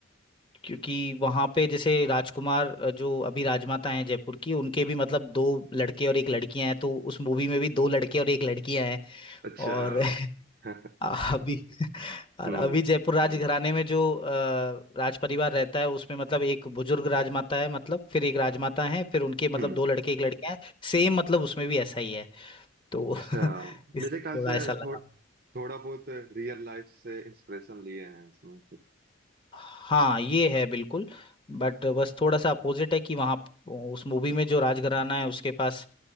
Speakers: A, on the left; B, on the right.
A: क्योंकि वहां पे जैसे राजकुमार अ, जो अभी राजमाता हैं जयपुर की उनके भी मतलब दो लड़के और एक लड़कियां हैं तो उस मूवी में भी दो लड़के और एक लड़कियां हैं
B: अच्छा
A: और <laughs>
B: <laughs>
A: अभी और
B: हम्म
A: अभी जयपुर राज घराने में जो अ, राज परिवार रहता है उसमें मतलब एक बुजुर्ग राजमाता है मतलब फिर एक राजमाता है फिर उनके मतलब
B: हम्म
A: दो लड़के एक लड़कियां हैं सेम मतलब उसमें भी ऐसा ही है तो
B: अच्छा
A: <laughs> इसलिए
B: मेरे ख्याल
A: थोड़ा
B: से
A: ऐसा
B: थो,
A: लगा
B: थोड़ा बहुत रियल लाइफ से इंस्पिरेशन लिए हैं इसमें फिर।
A: हाँ ये है बिल्कुल बट बस थोड़ा सा अपोजिट है कि वहाँ प- उस मूवी में जो राजघराना है उसके पास